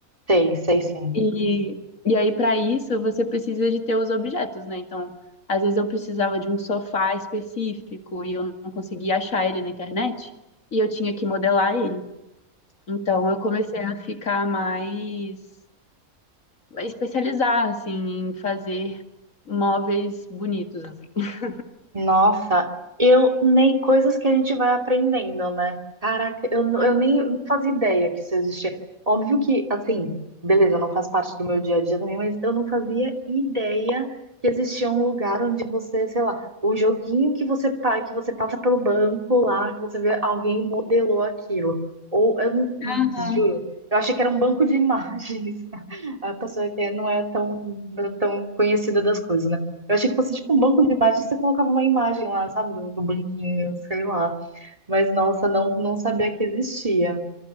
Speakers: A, on the right (about 25°); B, on the left (about 65°).
A: sei, sei sim.
B: E, e aí, para isso, você precisa de ter os objetos, né? Então, às vezes eu precisava de um sofá específico e eu não conseguia achar ele na internet, e eu tinha que modelar ele. Então, eu comecei a ficar mais, a especializar, assim, em fazer móveis bonitos, assim. <laughs>
A: Nossa, eu nem coisas que a gente vai aprendendo, né? Caraca, eu, n- eu nem não fazia ideia que isso existia. Óbvio que, assim, beleza, não faz parte do meu dia a dia também, mas eu não fazia ideia que existia um lugar onde você, sei lá, o joguinho que você, pa- que você passa pelo banco lá, que você vê alguém modelou aquilo. Ou eu não
B: Ah,
A: juro, eu achei que era um banco de imagens. <laughs> A pessoa que não é tão, tão conhecida das coisas, né? Eu achei que fosse tipo um banco de imagens, você colocava uma imagem lá, sabe, do, do banquinho, sei lá. Mas nossa, não, não sabia que existia.